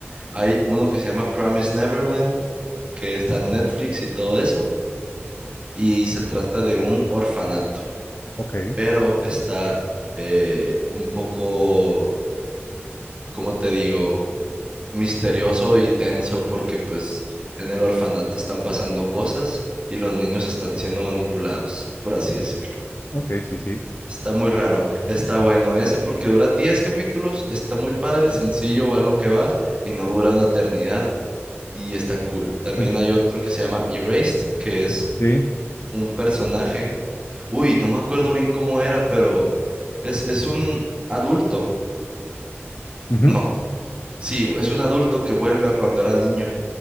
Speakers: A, on the right (about 25°); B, on the left (about 60°).
A: Hay uno que se llama Promise Neverland, que está en Netflix y todo eso, y se trata de un orfanato,
B: Ok,
A: pero está eh, un poco como te digo, misterioso y tenso porque pues en el orfanato están pasando cosas y los niños están siendo manipulados, por así decirlo.
B: ok, sí, sí.
A: Está muy raro, está bueno ese porque dura 10 capítulos, está muy padre, sencillo, va lo que va y no dura una eternidad y está cool. También
B: Oye,
A: hay otro que se llama Erased, que es
B: sí.
A: un personaje, uy, no me acuerdo bien cómo era, pero es, es un adulto,
B: ujú,
A: no, sí, es un adulto que vuelve a cuando era niño